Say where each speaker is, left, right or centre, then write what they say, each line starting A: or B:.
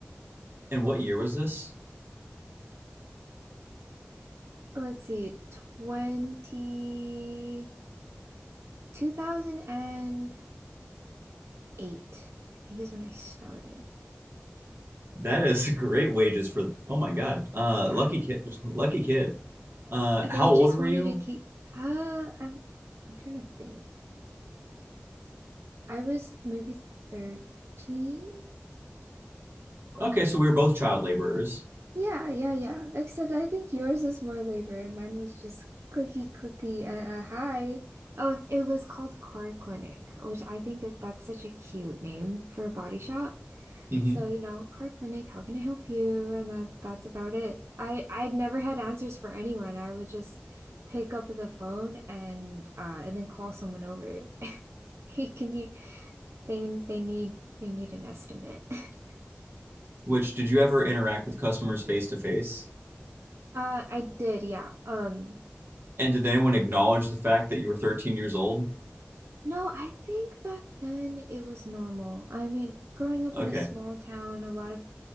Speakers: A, on the right (about 60°); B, on the right (about 90°).
A: And what year was this?
B: <laughs> Let's see, twenty two thousand and eight. I think is when I started.
A: That is <laughs> great wages for. Oh my God. Uh,
B: Yeah.
A: lucky kid. Lucky kid. Uh,
B: They
A: how old
B: just
A: were
B: wanted
A: you?
B: to keep, uh, I'm, I'm trying to think. I was maybe 13
A: Okay, so we were both child laborers.
B: Yeah, yeah, yeah. Except I think yours was more labor and mine was just clicky clicky uh, uh, hi. Oh, it was called Car Clinic, which I think it- that's such a cute name for a body shop.
A: hmm
B: So, you know, Car Clinic, how can I help you? And that that's about it. I I'd never had answers for anyone. I would just pick up the phone and uh and then call someone over. <laughs> Hey, can you they they need they need an estimate. <laughs>
A: Which did you ever interact with customers face to face?
B: Uh, I did, yeah. Um,
A: And did anyone acknowledge the fact that you were 13 years old?
B: No, I think back then it was normal. I mean, growing up
A: Okay.
B: in a small town, a lot of